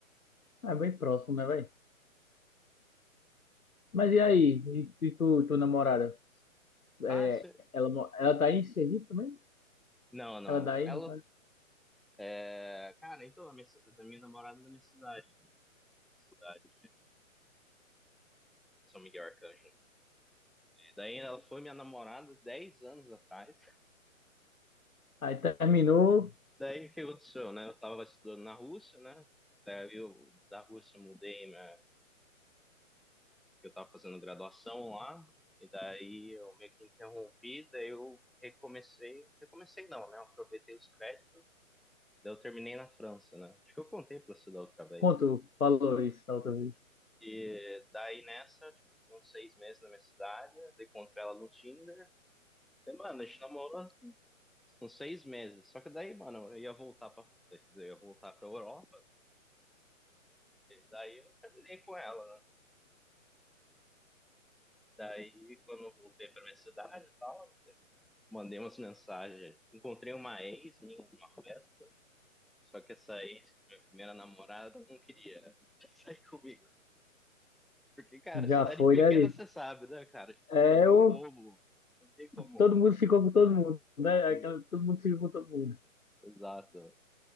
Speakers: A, on the left; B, in the centre.
A: Ah, É bem próximo, né, velho? Mas e aí? E, e tu, tua namorada? É,
B: Ah, cê...
A: ela, mo- ela tá aí em Sergipe também?
B: não, não.
A: Ela daí,
B: Ela,
A: no caso?
B: é, cara, então, a minha, da minha namorada da minha cidade, cidade São Miguel Arcanjo. Daí ela foi minha namorada 10 anos atrás.
A: Aí terminou.
B: Daí o que aconteceu, né? Eu tava estudando na Rússia, né? Daí eu, da Rússia, eu mudei minha que eu estava fazendo graduação lá, e daí eu meio que interrompi, daí eu recomecei, recomecei não, né? Eu aproveitei os créditos, daí eu terminei na França, né? Acho que eu contei para você da outra vez,
A: Conto
B: né?
A: falou isso da outra vez.
B: E daí nessa, tipo, eu fiquei uns seis meses na minha cidade, daí encontrei ela no Tinder. E, mano, a gente namorou uns seis meses. Só que daí, mano, eu ia voltar pra, eu ia voltar pra Europa, daí eu terminei com ela, né? Daí, quando eu voltei pra minha cidade e tal, mandei umas mensagens. Encontrei uma ex minha numa festa, só que essa ex, minha primeira namorada, não queria sair comigo. Porque, cara,
A: Já
B: cidade
A: foi,
B: pequena
A: né? Liz?
B: você sabe, né, cara? Tipo,
A: É,
B: mano, é
A: eu,
B: um ovo. Não tem como.
A: todo mundo ficou com todo mundo, né? Aquela-
B: Ex-
A: Todo mundo ficou com todo mundo.
B: Exato.